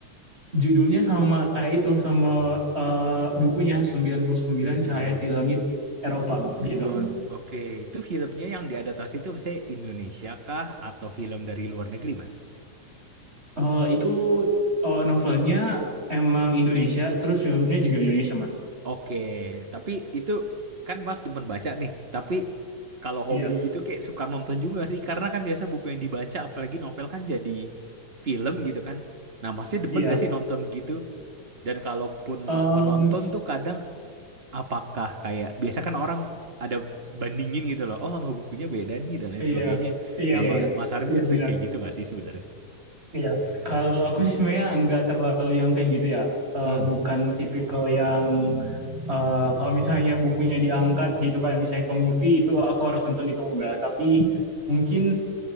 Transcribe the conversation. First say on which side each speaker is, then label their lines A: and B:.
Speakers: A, on the right; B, on the right.
A: judulnya sama kayak itu sama eh, bukunya sembilan puluh sembilan
B: sembilan. sembilan.
A: Cahaya di Langit Eropa gitu.
B: Oh, s- oke. Itu filmnya yang diadaptasi itu misalnya Indonesia kah atau film dari luar negeri, Mas?
A: Eh, itu eh, novelnya emang Indonesia, terus filmnya juga Indonesia mas.
B: Oke, tapi itu kan Mas demen baca nih. Tapi kalau
A: Iya,
B: hobi gitu kayak suka nonton juga sih karena kan biasa buku yang dibaca apalagi novel kan jadi film gitu kan. Nah, Masnya demen
A: iya,
B: gak sih nonton gitu? Dan kalaupun
A: Em,
B: menonton tuh kadang apakah kayak biasa kan orang ada bandingin gitu loh oh sama bukunya beda nih dan lain
A: iya,
B: sebagainya
A: iya,
B: nama
A: iya, iya,
B: Mas Arief
A: iya,
B: itu sering
A: benar.
B: kayak gitu nggak sih sebenarnya
A: Iya. Kalau aku sih sebenarnya nggak terlalu yang kayak gitu ya. Eh,
B: hmm
A: bukan tipikal yang eh, kalau misalnya bukunya diangkat gitu kan, misalnya ke movie itu aku harus nonton itu enggak. Tapi mungkin